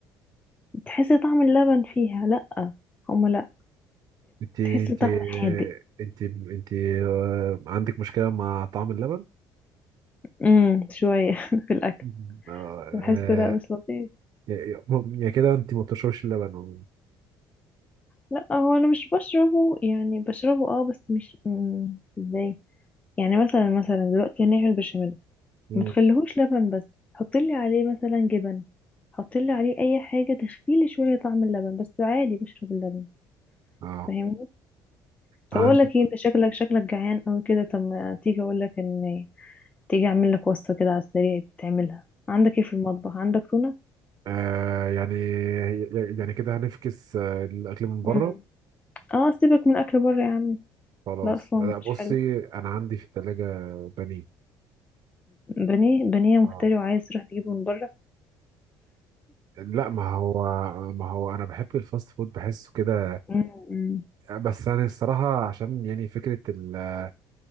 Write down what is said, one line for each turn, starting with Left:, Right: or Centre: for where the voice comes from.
Left: تحس طعم اللبن فيها لأ هما لأ
Right: انت انت
Left: تحس طعم
Right: آه،
Left: حادق
Right: انت انت آه، عندك مشكلة مع طعم اللبن
Left: امم شوية <laughs> في الأكل
Right: مم. اه آه،
Left: بحس لأ مش لطيف
Right: يا يا- يا كده انت ما بتشربش اللبن
Left: لأ هو أنا مش بشربه يعني بشربه اه بس مش مم، ازاي يعني مثلا مثلا دلوقتي هنعمل بشاميل
Right: مم.
Left: ما تخليهوش لبن بس حطي لي عليه مثلا جبن حطي لي عليه اي حاجه تخفي لي شويه طعم اللبن بس عادي بشرب اللبن
Right: اه
Left: فاهمني طب
Right: عندي
Left: اقول لك ايه انت شكلك شكلك جعان او كده طب ما تيجي اقول لك ان تيجي اعمل لك وصفه كده على السريع تعملها عندك ايه في المطبخ عندك تونه
Right: آه يعني يعني كده هنفكس آه الأكل من بره
Left: امم اه سيبك من اكل بره يا عم
Right: خلاص
Left: ده اصلا
Right: لا بصي
Left: مش حلو
Right: أنا عندي في التلاجة بانيه
Left: بانيه بانيه مفتري
Right: اه
Left: وعايز تروح تجيبه من بره
Right: لا ما هو ما هو أنا بحب الفاست فود بحسه كده
Left: امم
Right: بس أنا الصراحة عشان يعني فكرة ال-